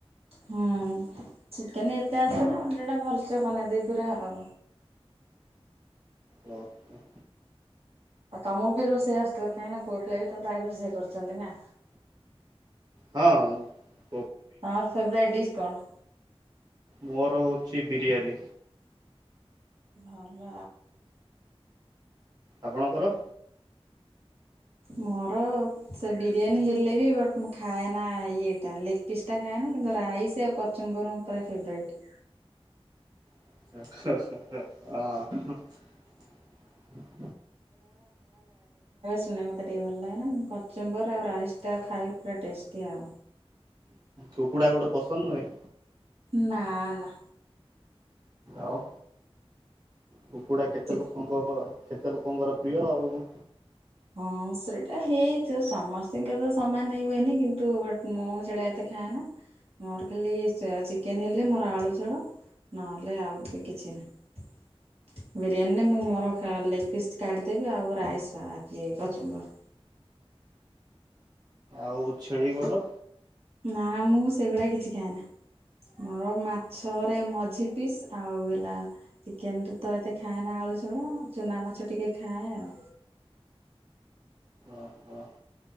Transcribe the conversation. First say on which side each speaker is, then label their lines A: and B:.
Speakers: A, on the right (about 70°); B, on the right (about 40°).
A: ହୁଁ ଚିକେନ ଏତେ ଆସିଲ ମୁ ସେଟା ଭଲସେ ବନେଇଦେ ପୁର ଆଉ
B: ଓ ହ।
A: ଆଉ ତମକୁ ବି ରୋଷେଇ ଆସିଥିବ କାହିଁକିନା ପୁଅ ପିଲା ବି ତ ପ୍ରାୟ ରୋଷେଇ କରୁଛନ୍ତି ନା
B: ହଁ।
A: ତମର ଫେବ୍ରେଡ ଡିସ କଣ?
B: ମୋର ହଉଛି ବିରିୟାନୀ।
A: ଭଲ।
B: ଆପଣଙ୍କର?
A: ମୋର ସେ ବିରିୟାନୀ ହେଲେ ବି ବ ମୁମଁ ଖାୟ ନା ଇଏ ଲେଗ ପିସ୍ ଟା ଖାଏନ କିନ୍ତୁ ରାଇସ୍ ଆଉ କଚୁମ୍ବର ପୁରା ଫେବ୍ରେଟ
B: <unintelligible>
A: ମତେ ଟିକେ ଭଲ ଲାଗେନା କଚୁମ୍ବର ଆଉ ରାଇସ ଟା ଖାଇ ପୁର ଟେଷ୍ଟି ଆଉ
B: କୁକୁଡ଼ା ଗୋଡ ପସନ୍ଦ ନୁହେଁ।
A: ନା ନା
B: ଆଉ। କୁକୁଡା କେତେ
A: ଚି
B: ଲୋକଙ୍କ ହ କେତେ ଲୋକଙ୍କର ପ୍ରିୟ ଆଉ।
A: ହଁ ସେଟା ହେଇଥିବ ସମସ୍ତଙ୍କ ତ ସମାନ ହେଇ ହୁଏନି କିନ୍ତୁ ମୁଁ ସେଟା ଏତେ ଖାଏନା ମୋର ଖାଲି ଚିକେନ ହେଲେ ମୋର ଆଳୁ ଝୋଳ। ନହେଲେ ଆଉ ବି କିଛି ନାହି। ବିରିୟାନୀରେ ମୁଁ ମୋର ଲେଗ ପିସ୍ କାଟିିଦେବି ଆଉ ରାଇସି ବା ଇ ଏ କଚୁମ୍ବର୍
B: ଆଉ ଛେଳି ଗୋଡ଼
A: ନା ନା ମୁଁ ସେଇଗୁଳିା କିଛି ଖାଏ ନା। ମୋର ମାଛରେ ମଝି ପିସ୍ ଆଉ ହେଲା ଚିକେନ ରେ ତ ଏତେ ଖାଏ ନା ଆଳୁ ଳୁ ଚୁନା ମାଛ ଟିକେ ଖାଏ ଆଉ।
B: ଓହୋ।